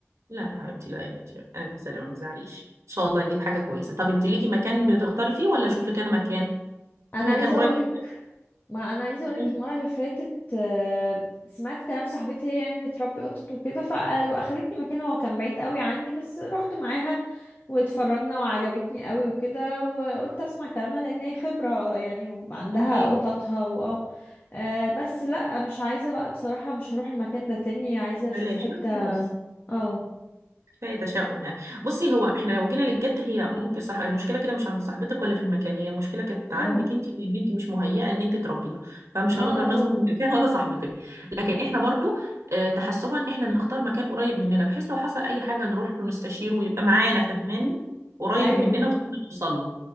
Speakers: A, on the right; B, on the left.
A: لا يا حبيبتي لا يا حبيبتي الف سلامه ما تزعليش ان شاء الله نجيب حاجه كويسه طب انت ليكي مكان بتختاري فيه ولا اشوف لك انا مكان
B: انا
A: في مكان
B: عايزه
A: قريب
B: اقولك
A: كده
B: ما انا عايزه اقولك
A: <laughs>
B: المره اللي فاتت آه، سمعت كلام صاحبتي هي يعني بتربي قطط وكده فاخدتني مكان هو كان بعيد قوي عني بس رحت معاها واتفرجنا وعجبتني قوي وكده وقلت اسمع كلامها لان هي خبره يعني وعندها
A: اكيد
B: قططها واه آه، بس لا مش عايزه بقى بصراحه مش هروح المكان ده تاني عايزه اشوف
A: بلاش
B: حته
A: لا خلاص
B: اه
A: كفايه تشاؤم يعني بصي هو احنا لو جينا للجد هي ممكن صح المشكله كده مش عند صاحبتك ولا في المكان هي المشكله كانت عندك
B: اه
A: انت لان انت مش مهيئه ان انت تربيها فمش
B: اه
A: هنقدر
B: لا
A: نظبط
B: طبعا
A: <laughs> المكان ولا صاحبتك لكن احنا برضو آه، تحسبا احنا نختار مكان قريب مننا بحيث لو حصل اي حاجه نروح له نستشيره ويبقى معانا فهماني قريب
B: ايوه
A: مننا ونوصل له